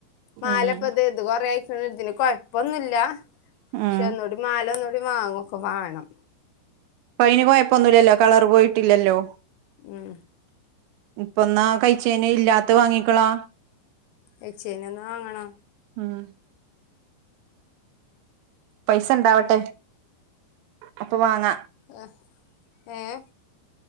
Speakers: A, on the left (about 80°); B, on the right (about 80°).
A: മാലെപ്പ
B: ഉം
A: ദേ ദ് കൊറെയായിച്ച് ഇപ്പൊന്നുല്ല
B: ഉം
A: ക്ഷെ ഒന്നുടി മാല ഒന്നോടി വാങ്ങൊക്കെ വാണം
B: പൈനു പോയപ്പൊന്നുല്ലല്ലോ കളറ് പോയിട്ടില്ലല്ലോ
A: ഉം
B: ഇപ്പന്നാ കൈച്ചേന് ഇല്ലാത്ത വാങ്ങിക്കളാ
A: എയ്ച്ചേനൊന്ന് വാങ്ങണം
B: ഉം പൈസ ഇണ്ടാവട്ടെ അപ്പൊ വാങ്ങ
A: ആഹ്ഏഹ്